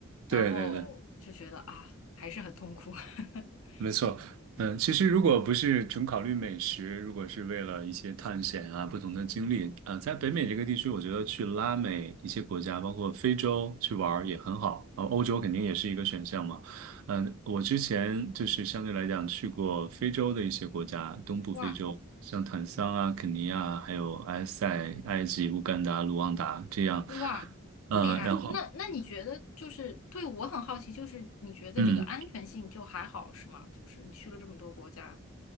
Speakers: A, on the right; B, on the left.
A: 对对对，
B: 然后就觉得啊，还是很痛苦。<laughs>
A: 没错。嗯，其实如果不是纯考虑美食，如果是为了一些探险啊、不同的经历，呃，在北美这个地区，我觉得去拉美一些国家，包括非洲去玩儿也很好。呃，欧洲肯定也是一个选项嘛。嗯，我之前就是相对来讲去过非洲的一些国家，东部非洲，
B: 哇，
A: 像坦桑啊、肯尼亚，还有埃塞、埃及、乌干达、卢旺达这样。
B: 哇，
A: 呃，
B: 这么厉害！
A: 然后
B: 那那你觉得就是对我很好奇，就是你觉得这个安全性就还好是吗？
A: 嗯。
B: 就是你去了这么多国家，